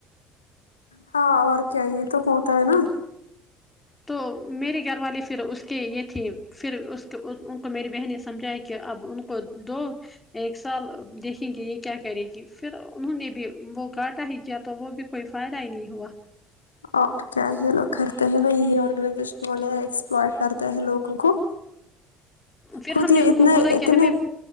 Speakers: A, on the left; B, on the left.
A: ہاں اور کیا یے تو ہوتا ہے نا
B: تو میرے گھر والے پھر اس کہ یے تھی پھر اس ان کو میری بہن نے سمجھایا کہ اب ان کو دو ایک سال دیکھیں گے یے کیا کرے گی پھر انہوں نے بھی وہ گٹا ہے کیا تو وہ بھی کوئی فائدہ ہی نہیں ہوا
A: اور کیا یے لوگ کرتے ہیں نا یہی آرگنائزیشن والے ایکسپلائے کرتے ہیں لوگوں کو
B: پھر
A: خود
B: ہم نے
A: یے
B: ان
A: اتنے
B: کو بولا
A: اتنے
B: کہ ہمیں